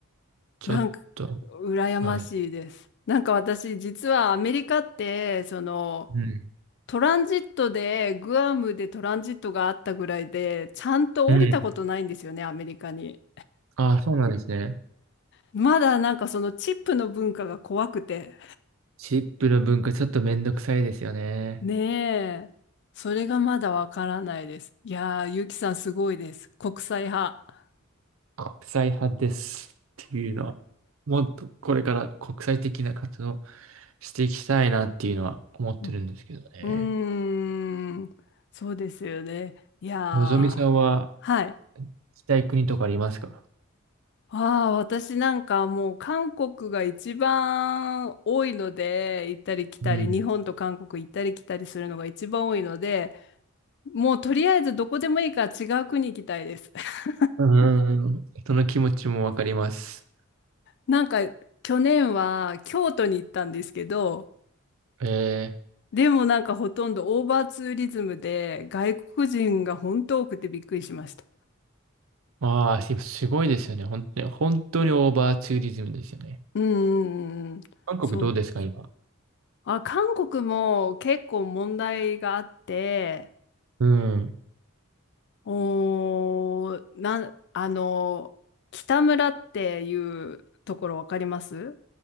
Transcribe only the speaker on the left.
なんか羨ましいです。
なんか私実はアメリカってその
トランジットでグアムでトランジットがあったぐらいでちゃんと降りたことないんですよねアメリカに。
まだなんかそのチップの文化が怖くて。
ねえ。それがまだわからないです。いやー、ゆきさんすごいです。国際派。
うん、うーん、そうですよね。いやー、
はい。
ああ、私なんかもう韓国が一番多いので、行ったり来たり、
日本と韓国行ったり来たりするのが一番多いので、もうとりあえずどこでもいいから違う国行きたいです。<laughs>
なんか去年は京都に行ったんですけど、
でもなんかほとんどオーバーツーリズムで外国人が本当多くてびっくりしました。
うんうんうんうん。
そう。
あ、韓国も結構問題があって、
おー、なん、あの、北村っていうところわかります